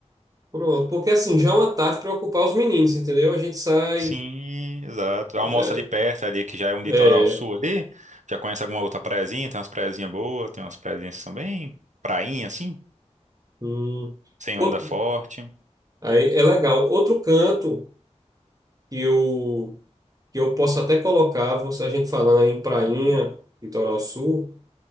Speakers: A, on the right; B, on the right.
A: pronto, porque assim já é uma tarde para ocupar os meninos, entendeu? A gente sai,
B: Sim, exato.
A: é,
B: Almoça ali perto, ali que já é um litoral
A: é,
B: sul ali. Já conhece alguma outra praiazinha? Tem umas praiazinhas boas, tem umas praiazinhas que são bem prainha, assim,
A: hum.
B: sem
A: O-
B: onda forte.
A: aí é legal. Outro canto que eu que eu posso até colocar, você a gente falando aí em Prainha, Litoral Sul,